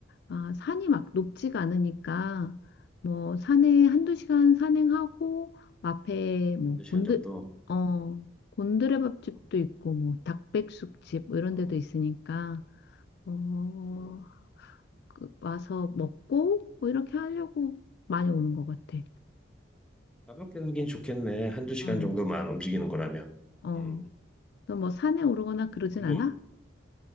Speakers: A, on the left; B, in the centre.
A: 아, 산이 막 높지가 않으니까 뭐 산에 한두
B: 어,
A: 시간 산행하고 앞에 뭐
B: 한두 시간
A: 곤드
B: 정도
A: 어
B: 음,
A: 곤드레밥집도
B: 음,
A: 있고 뭐 닭백숙집 뭐 이런
B: 어,
A: 데도 있으니까 어
B: 음,
A: 그- 와서 먹고 뭐 이렇게 하려고 많이
B: 음.
A: 오는 것 같아.
B: 가볍게 가긴 좋겠네 한 두 시간
A: 어,
B: 정도만 움직이는 거라면
A: 어.
B: 음.
A: 너 뭐 산에 오르거나 그러진
B: 그뭐
A: 않아?